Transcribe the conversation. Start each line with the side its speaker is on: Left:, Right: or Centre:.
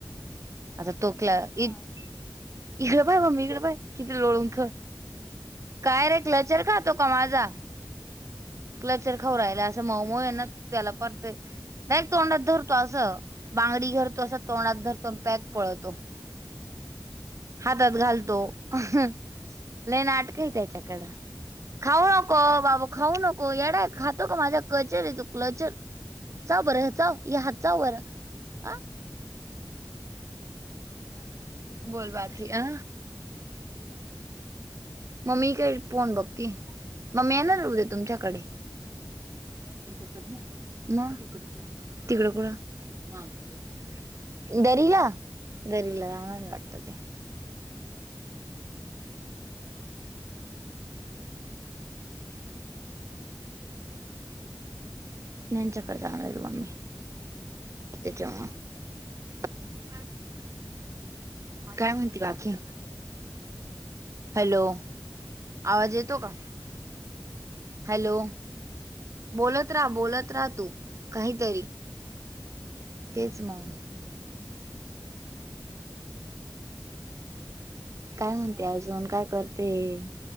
Left: कोणते
Right: आता तोकला
Left: लोक
Right: इत
Left: गा
Right: इकडं पाय ममी इकडं पाय किती लोळून ख काय रे क्लचर खात योतो का माझा कल्चर खाऊ राहिला असं मऊ मऊ आहे ना त्याला पण ते डायरेक तोंडात धरतो असं बांगडी धरतो असं तोंडात धरतो पॅक पळतो हातात घालतो <unintelligible> लय नाटक आहे त्याच्याकडं खाऊ नको बाबु खाऊ नको येडा खातो का माझा कल्चर आहे तो कल्चर चाव बरं चाव हे हात चाव बरं हा
Left: ती काय करती
Right: बोल बाकी अ
Left: ती काय करती
Right: ममी काय फोन बघती मम्मी येणार आहे उदय तुमच्याकडे
Left: का बरं
Right: इकडन तिकडच झाल म तिकड कुड म आमच्या दरीला दरीला गाव आहे वाटतं ते
Left: म आहे <inaudible>
Right: याच्याकडे जागणार आहे बा मी त्याच्यामुळे काय म्हणती बाकी हॅलो आवाज येतो का हॅलो बोलोत राहा बोलत राहा तू काहीतरी तेच मग काय म्हणते अजून काय करतेये